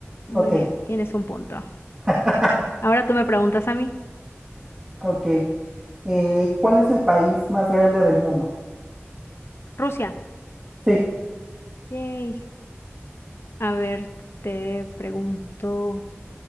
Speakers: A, on the left; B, on the right.
A: muy
B: ok,
A: bien, tienes un punto.
B: <laughs>
A: Ahora tú me preguntas a mí.
B: ok. Eh, ¿cuál es el país más grande del mundo?
A: Rusia.
B: Sí.
A: Yay. A ver, te pregunto.